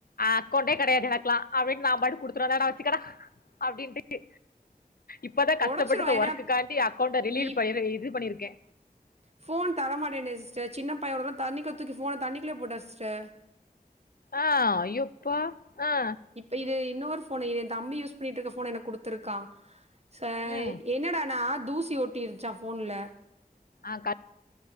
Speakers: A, on the left (about 75°); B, on the right (about 45°).
A: அக்கௌன்ட்டே கெடையாது எனக்குலா அப்டின்னு நா பாட்டுக்கு குடுத்துறாதடா வச் சுக்கடா அப்டின்ட்டு இப்பதா கஷ்டப்பட்டு
B: ஒடச்சிருவா
A: இந்த
B: ஏன்னா
A: ஒர்க்குக் காண்டி அக்கௌண்ட ரிலீர்
B: இ
A: பண்ணி இது பண்ணியிருக்கே
B: ஃபோன் தர மாட்டேன்டே சிஸ்டர் சின்ன பையே ஒரு தறோ தண்ணிக்குள்ள தூக்கி ஃபோன தண்ணிக்குள்ளயே போட்டா சிஸ்டர்
A: ஆ ஆ அய்யோ அப்பா ஆ ஆ
B: இப்ப இது இன்னொரு ஃபோனை இது தம்பி யூஸ் பண்ணிட்ருக்க ஃபோன எனக்கு குடுத்துருக்கா சாய்
A: ம்
B: என்னடானா தூசி ஓட்டிருச்சா ஃபோன்ல
A: ஆ கட்